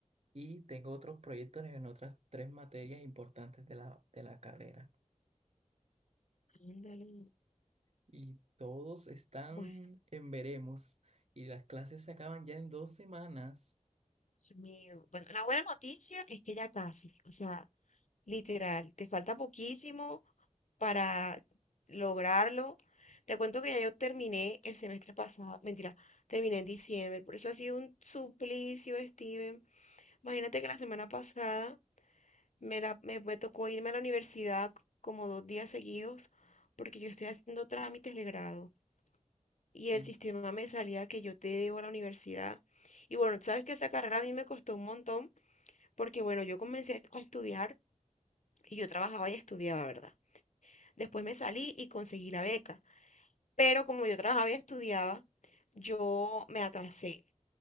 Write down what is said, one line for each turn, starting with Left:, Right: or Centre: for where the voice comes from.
Right: y tengo otros proyectos en otras tres materias importantes de la, de la carrera.
Left: Ándale.
Right: Y todos están
Left: Bueno,
Right: en veremos y las clases se acaban ya en dos semanas.
Left: Dios mío. Bueno, la buena noticia es que ya casi, o sea, literal, te falta poquísimo para lograrlo. Te cuento que ya yo terminé el semestre pasado, mentira, terminé en diciembre, por eso ha sido un suplicio, Steven. Imagínate que la semana pasada me, la, me, me tocó irme a la universidad como dos días seguidos porque yo estoy haciendo trámites de grado. y el
Right: Sí.
Left: sistema me salía que yo te debo a la universidad. Y bueno, tú sabes que esa carrera a mí me costó un montón porque bueno, yo comencé a estudiar y yo trabajaba y estudiaba, ¿verdad? Después me salí y conseguí la beca, pero como yo trabajaba y estudiaba, yo me atrasé.